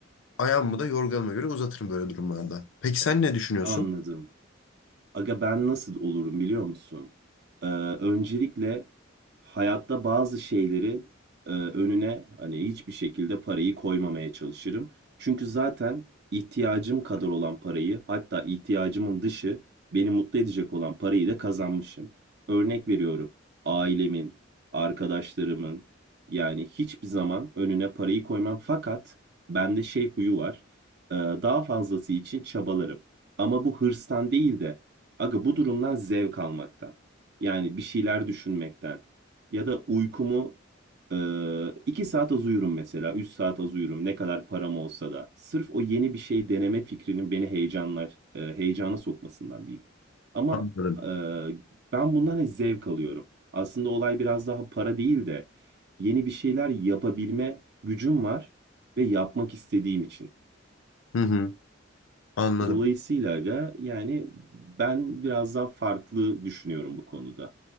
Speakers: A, on the left (about 75°); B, on the right (about 55°).
A: ayağımı da yorganıma göre uzatırım böyle durumlarda. Peki sen ne düşünüyorsun?
B: Anladım. Aga ben nasıl olurum biliyor musun? Ee, öncelikle hayatta bazı şeyleri e, önüne hani hiçbir şekilde parayı koymamaya çalışırım. Çünkü zaten ihtiyacım kadar olan parayı hatta ihtiyacımın dışı beni mutlu edecek olan parayı da kazanmışım. Örnek veriyorum ailemin, arkadaşlarımın yani hiçbir zaman önüne parayı koymam. Fakat bende şey huyu var. e, daha fazlası için çabalarım. Ama bu hırstan değil de Aga bu durumdan zevk almaktan. Yani bir şeyler düşünmekten. Ya da uykumu e, iki saat az uyurum mesela. Üç saat az uyurum. Ne kadar param olsa da. Sırf o yeni bir şey deneme fikrinin beni heyecanlar, e, heyecana sokmasından diyeyim. Ama
A: Anladım.
B: e, ben bundan hep zevk alıyorum. Aslında olay biraz daha para değil de yeni bir şeyler yapabilme gücüm var ve yapmak istediğim için.
A: Hı hı, anladım.
B: Dolayısıyla aga yani ben biraz daha farklı düşünüyorum bu konuda.